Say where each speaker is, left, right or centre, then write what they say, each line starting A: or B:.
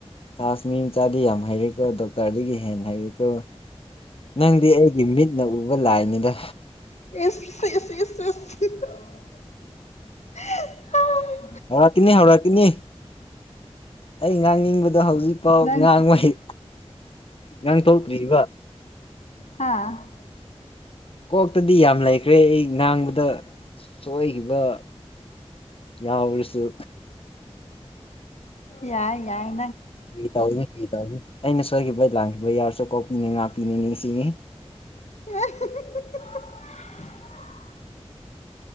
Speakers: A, on the left (about 55°); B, on the left (about 90°).
A: ꯆꯖ ꯃꯤ ꯃꯆꯥꯗꯤ ꯌꯥꯝ ꯍꯩꯔꯦꯀꯣ ꯗꯣꯛꯇꯔꯗꯒꯤ ꯍꯦꯟꯅ ꯍꯩꯔꯦꯀꯣ ꯅꯪꯗꯤ ꯑꯩꯒꯤ ꯃꯤꯠꯅ ꯎꯕ ꯂꯥꯏꯅꯤꯗ
B: ꯏꯁ
A: ꯍꯧꯔꯛꯀꯅꯤ ꯍꯧꯔꯛꯀꯅꯤ ꯑꯩ ꯉꯥꯡꯅꯤꯡꯕꯗꯣ ꯍꯧꯖꯤꯛꯐꯥꯎ
B: ꯅꯪ
A: ꯉꯥꯡꯉꯩ ꯉꯥꯡ ꯊꯣꯛꯂꯇ꯭ꯔꯤꯁꯤꯕ
B: ꯍꯥꯥ
A: ꯀꯣꯛꯇꯗꯤ ꯌꯥꯝ ꯂꯩꯈ꯭ꯔꯦ ꯑꯩ ꯉꯥꯡꯕꯗ ꯁꯣꯏꯈꯤꯕ ꯌꯥꯎꯔꯁꯨ
B: ꯌꯥꯏ ꯌꯥꯢ
A: ꯐꯒꯤꯇꯧꯅꯦ ꯐꯒꯤꯇꯎ ꯑꯩꯅ ꯁꯣꯏꯈꯤꯕꯩ ꯂꯥꯟꯈꯤꯕ ꯌꯥꯔꯁꯨ ꯀꯣꯛꯄꯤꯅꯤ ꯉꯥꯄꯤꯅꯤ ꯅꯤꯡ ꯁꯤꯅꯤ
B: ꯑ